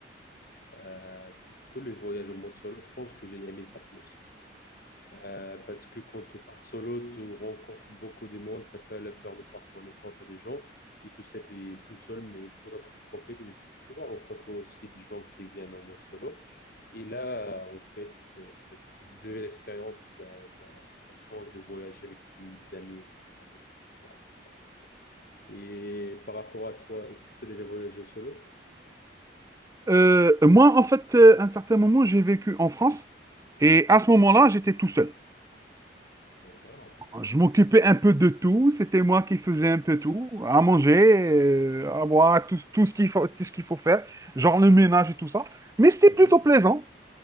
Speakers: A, on the left; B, on the right.
A: euh, c'était plutôt les voyages en mode solo. Je pense que j'ai aimé ça plus. Euh, parce que quand tu pars solo, tu rencontres beaucoup de monde, t'as pas la peur de faire connaissance à des gens, et tout ça, t'es tout seul, mais il faudra que tu profites et tu vas rencontrer aussi des gens qui viennent en mode solo. Et là, euh, en fait, euh, ça va être une nouvelle expérience, ça, ça, ça change de voyage avec des amis ou des familles, etc., etc. Et cetera. Et par rapport à toi, est-ce que tu as déjà voyagé solo?
B: Euh, moi, en fait, euh, à un certain moment, j'ai vécu en France et à ce moment-là, j'étais tout seul.
A: D'accord.
B: Je m'occupais un peu de tout, c'était moi qui faisais un peu tout, à manger, euh, à boire, tout, tout ce qu'il faut, tout ce qu'il faut faire, genre le ménage et tout ça. Mais c'était
A: Mhm.
B: plutôt plaisant.